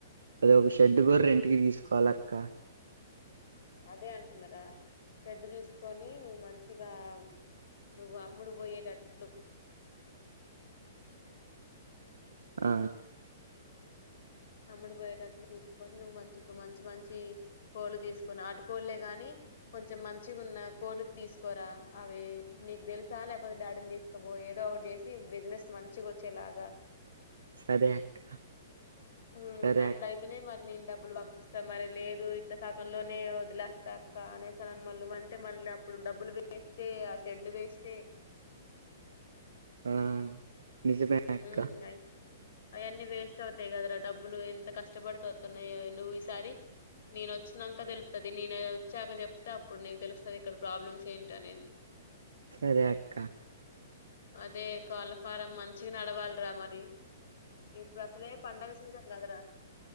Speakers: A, on the right (about 80°); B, on the left (about 65°).
A: అద ఒక షెడ్ కూడా రెంట్ కి తీసుకోవాలక్క
B: అదే అంటున్నారా షేడ్డు చూసుకొని మంచిగా నువ్వు అమ్ముడు పోయేటట్లు
A: ఆ
B: అమ్ముడు పోయేటట్లు తీసుకొని నువ్వు మంచి మంచి మంచి కోళ్ళు తీసుకుని నాటుకోళ్లే గాని కొంచెం మంచిగా ఉన్న కోళ్లు తీసుకోరా అవి నీకు తెలుసా లేకపోతే డాడీని తీసుకపోయి ఏదో ఒకటి చేసి బిజినెస్ మంచిగా వచ్చేలాగా
A: సరే అక్క
B: ఉ
A: సరే
B: అట్ల
A: అక్క
B: అయితేనే మరి నేను డబ్బులు పంపిస్తా మరి లేదు ఇట్ట శాకంలోనే వదిలేస్తా అక్క అనేస్తానని మళ్ళు అంటే మళ్ళీ ఇప్పుడు డబ్బులు వేస్ట్ ఎ ఆ షెడ్ వేస్ట్ ఎ
A: ఆ నిజమే అక్క
B: ఉమ్ అయి అవన్నీ వేస్ట్ అవుతాయి కదరా డబ్బులు ఎంత కష్టపడుతా న్నా నువ్వు ఈసారి నేను వచ్చినాక తెలుతుంది నేన వచ్చాక చె అస్తే అప్పుడు నీకు తెలుస్తది ఇక్కడ ప్రాబ్లమ్స్ ఏంటి అనేది
A: సరే అక్క
B: అదే కోళ్ళఫారం మంచిగా నడవాలరా మరి ఇప్పుడు అసలే పండగ సీజన్ కాదురా